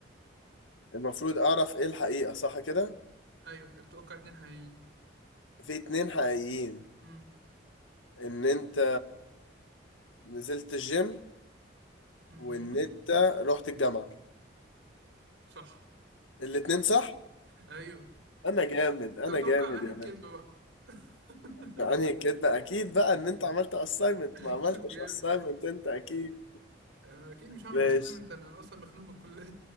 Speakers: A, on the left (about 85°); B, on the right (about 75°).
A: المفروض اعرف ايه الحقيقة صح كده
B: ايوه اتوقع اتنين حقيقيين
A: في اتنين حقيقيين
B: مم.
A: ان انت نزلت الجيم
B: امم
A: وان انت رحت الجامعة
B: صح
A: الاتنين صح
B: ايوه
A: انا جامد انا
B: طب توقع
A: جامد
B: انهي
A: يا
B: الكذبه
A: باشا
B: بقى <laughs>
A: يعني كده اكيد بقى ان انت عملت assignment
B: ايوه
A: ما عملتش
B: جامد
A: assignment انت اكيد
B: اكيد مش هعمل
A: ماشي
B: اسايمنت انا اصلا مخنوق من الكليه